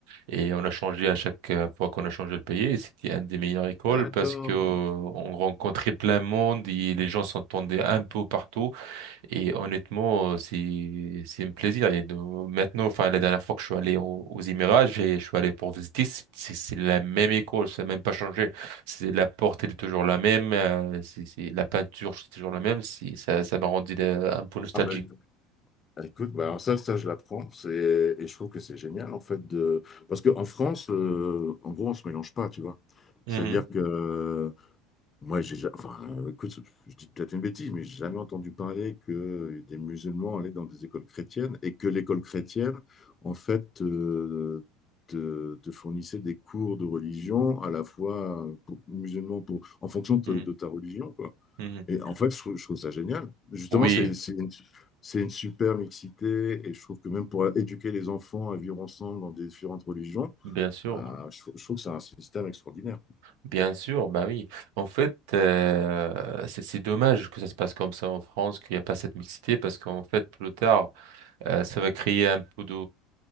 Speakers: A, on the right; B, on the left.
A: et on a changé à chaque euh, fois qu'on a changé le pays. Et c'était un des meilleures écoles
B: d'accord.
A: parce que euh, on rencontrait plein de monde et les gens s'entendaient un peu partout. Et honnêtement, euh, c'est, c'est un plaisir. Et de- maintenant, enfin, la dernière fois que je suis allé au- aux, Émirats, j'ai- je suis allé pour visiter, c'est c'est- c'est la même école, ça n'a même pas changé. C'est la porte, elle est toujours la même, euh, c'est, c'est la peinture, c'est toujours la même. C'est, ça, ça m'a rendu euh, un peu nostalgique.
B: Ah, ben, Ah, Écoute, bah alors ça, ça, je l'apprends. C'est, et je trouve que c'est génial, en fait, de, parce qu'en France, euh, en gros, on se mélange pas, tu vois.
A: Mhm,
B: C'est-à-dire que, euh, moi, j'ai, ja- enfin, euh, écoute, je dis peut-être une bêtise, mais j'ai jamais entendu parler que des musulmans allaient dans des écoles chrétiennes et que l'école chrétienne, en fait, euh, te, te fournissait des cours de religion à la fois pour, musulmans pour, en fonction de,
A: mhm,
B: de ta religion, quoi.
A: mhm.
B: Et en fait, je trouve, je trouve ça génial. Justement,
A: Oui,
B: c'est c'est une, c'est une super mixité et je trouve que même pour éduquer les enfants à vivre ensemble dans des différentes religions,
A: bien sûr.
B: euh, je, trou- je trouve que c'est un système extraordinaire.
A: Bien sûr, bah oui. En fait, euh, c'est c'est dommage que ça se passe comme ça en France, qu'il n'y a pas cette mixité, parce qu'en fait, plus tard, Euh, ça va créer un peu de,